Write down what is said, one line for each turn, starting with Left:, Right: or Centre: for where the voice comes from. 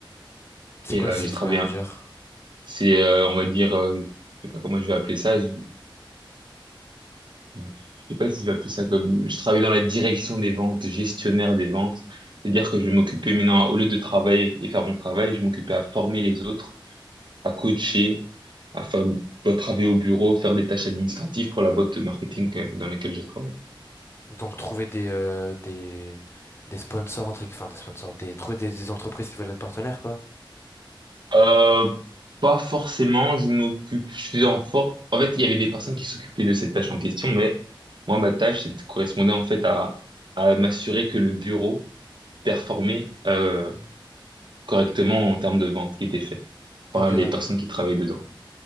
Left: C'est
Right: et
Left: quoi
Right: euh,
Left: sales
Right: j'ai travaillé.
Left: manager?
Right: un- C'est, euh, on va dire, euh, je sais pas comment je vais appeler ça. Je, je sais pas si je vais appeler ça comme, je travaillais dans la direction des ventes, gestionnaire des ventes. C'est-à-dire que je m'occupais maintenant, au lieu de travailler et faire mon travail, je m'occupais à former les autres à coacher, à faire à travailler au bureau, faire des tâches administratives pour la boîte de marketing que- dans laquelle je travaille.
Left: Donc trouver des, euh, des, des sponsors, entre, gu- enfin des sponsors, des, trouver des, des entreprises qui veulent être partenaires, quoi.
Right: Euh, pas forcément, je m'occupe, je suis en fort. En fait, il y avait des personnes qui s'occupaient de cette tâche en question, mais moi, ma tâche, c'était correspondait en fait à, à m'assurer que le bureau performait euh, correctement en termes de vente qui était fait par
Left: Ok,
Right: les
Left: d'accord.
Right: personnes qui travaillaient dedans.